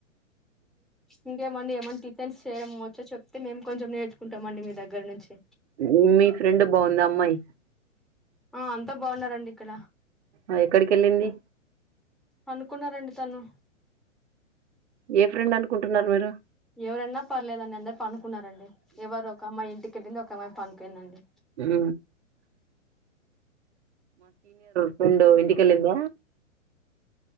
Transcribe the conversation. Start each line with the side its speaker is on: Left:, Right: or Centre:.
Centre: ఇంకేమండి ఏమ ఫ్రెన్స్ చేయడంమవచ్చ చెప్తేే కొంచెం నేర్చుకుామండి మీ దగ్గర నుంచి
Right: ఉమ్ మీ ఫ్రెండ్ బాగుందా అమ్మాయి
Centre: ఆ అంతా బాగున్నారంండి ఇక్కడ
Right: ఆ ఎక్కడికి వెళ్ళింది
Centre: అనుకున్నారండి తను
Right: ఏ ఫ్రెండ్ అనుకుంటున్నారు మీరు
Centre: ఎవరైన్నా పర్లేదు అని అందరు పనుకున్నారండి ఎవరు ఒక అమ్మాయి ఇంటికిెళ్ళింది ఒక అమ్మాయి పనుకుయిందండి
Right: హ ఫ్రెండ్ ఇంటికెళ్ళిందా